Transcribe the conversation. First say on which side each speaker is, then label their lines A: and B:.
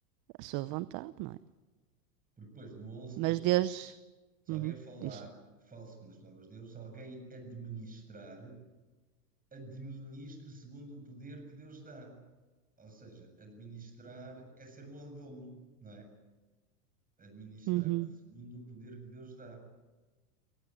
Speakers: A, on the right; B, on the right.
A: a sua vontade, não é?
B: Porque depois, no 11
A: Mas
B: tempo,
A: Deus.
B: se
A: Uhum,
B: alguém falar,
A: diz.
B: fale segundo as palavras de Deus, se alguém administrar, administre segundo o poder que Deus dá. Ou seja, administrar é ser mordomo, não é? Administrar
A: Uhum,
B: segundo o poder que Deus dá.